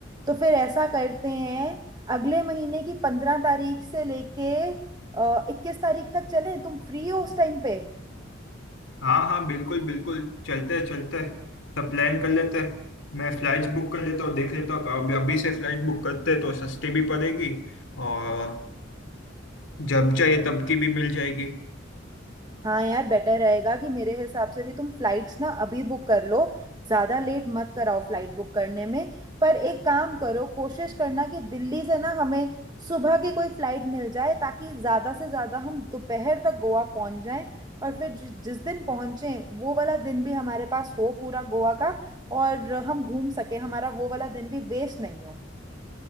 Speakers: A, on the right (about 20°); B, on the left (about 80°).
A: तो फिर ऐसा करते हैं अगले महीने की पंद्रह तारीख से लेके इक्कीस तारीख तक चलें तुम फ्री हो उस टाइम पे
B: हाँ हाँ बिल्कुल बिल्कुल चलते हैं चलते हैं सब प्लान कर लेते हैं मैं फ्लाइट्स बुक कर लेता हूँ देख लेता हूँ अभी अभी से फ्लाइट बुक करते हैं तो सस्ती भी पड़ेगी और जब चाहिए तब की भी मिल जाएगी
A: हाँ यार बेटर रहेगा कि मेरे हिसाब से भी तुम फ्लाइट्स ना अभी बुक कर लो ज़्यादा लेट मत कराओ फ्लाइट बुक करने में पर एक काम करो कोशिश करना कि दिल्ली से ना हमें सुबह की कोई फ्लाइट मिल जाए ताकि ज़्यादा से ज़्यादा हम दोपहर तक गोवा पहुंच जाएं और फिर जि- जिस दिन पहुंचें वो वाला दिन भी हमारे पास हो पूरा गोवा का और हम घूम सके हमारा वो वाला दिन भी वेस्ट नहीं हो